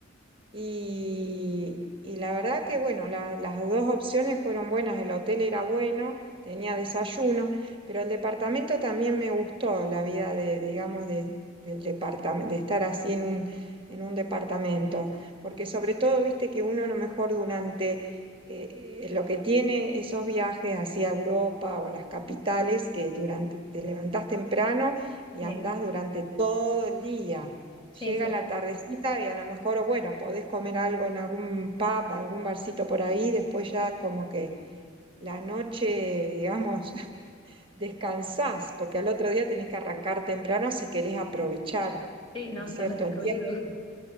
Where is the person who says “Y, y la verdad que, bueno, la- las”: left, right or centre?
Right